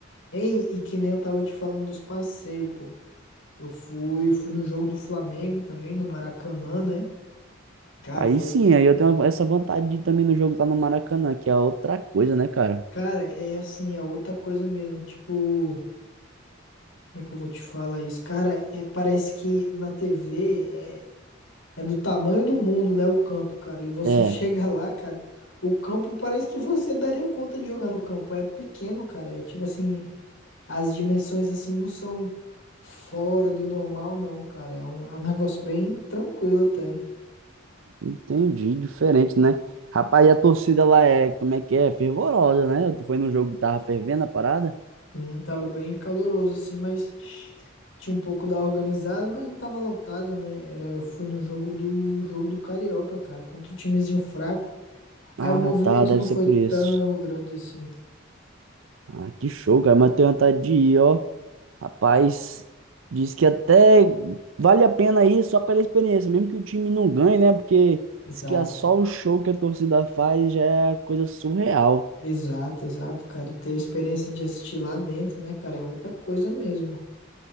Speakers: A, on the left; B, on the right.
A: Hein? E que nem eu tava te falando dos passeios, pô. Eu fui, fui no jogo do Flamengo também, no Maracanã, né? Cara,
B: Aí
A: foi.
B: sim, aí eu tenho essa vontade de ir também no jogo lá no Maracanã, que é outra coisa, né, cara?
A: Cara, é assim, é outra coisa mesmo. Tipo, como é que eu vou te falar isso? Cara, é, parece que na TV é, é do tamanho do mundo, né? O campo, cara. E você
B: É,
A: <laughs> chega lá, cara. O campo parece que você daria conta de jogar no campo. É pequeno, cara. É tipo assim. As dimensões, assim, não são fora do normal, não, cara. É um, é um negócio bem tranquilo até.
B: entendi, diferente, né? Rapaz, e a torcida lá é, como é que é? Fervorosa, né? Tu foi num jogo que tava fervendo a parada?
A: Sim, tava bem caloroso, assim, mas tinha um pouco da organizada, mas não tava lotado, né? Era, eu fui no jogo do jogo do Carioca, cara, contra um timezinho fraco. Aí
B: Ah,
A: o movimento
B: tá, deve
A: não foi
B: ser por
A: tão
B: isso.
A: grande assim.
B: Ah, que show, cara, mas eu tenho vontade de ir, ó. Rapaz, diz que até vale a pena ir só pela experiência, mesmo que o time não ganhe, né? Porque
A: Exato.
B: diz que é só o show que a torcida faz já é coisa surreal.
A: Exato, exato, cara. Ter a experiência de assistir lá dentro, né, cara, é outra coisa mesmo.